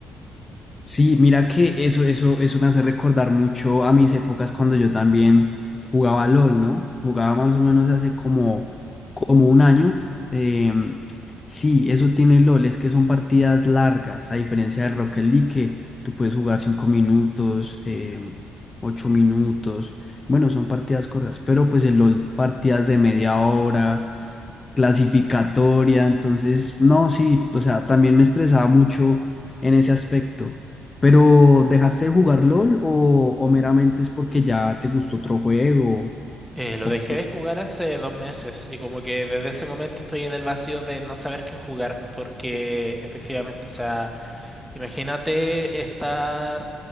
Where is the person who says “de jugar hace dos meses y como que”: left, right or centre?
Centre